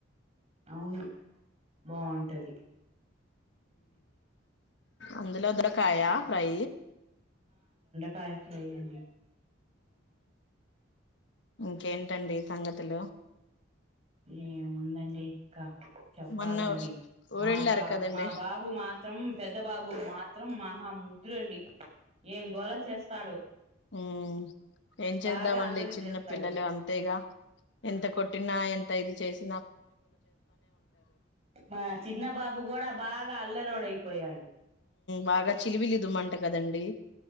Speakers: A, on the right; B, on the left.
A: అవును బాగుంటది
B: అందులో ఇదరకాయా ప్రై
A: పయ ఫ్రై అడి
B: ఇంకేంటండి సంగతులు
A: ఏ ఉందండి ఇంకా చెప్పాలండి
B: మొన్న ఊరెళ్ళారు
A: మా బా
B: కదండి
A: మా బాబు మాత్రం పెద్ద బాబు మాత్రం మహా ముద్రండి ఏం గోల చేస్తాడు
B: ఉ ఏం చేద్దామండి
A: బాగా అల్లరి
B: చిన్న
A: చేస్తాడు
B: పిల్లలు అంతేగా ఎంత కొట్ పెట్టి ఎంత ఇది చేసి
A: మా చిన్న బాబు కూడా బాగా అల్లరోోడ్ అయిపోయాడు
B: బాగా చిలివిలి ఇదమంట కదంీ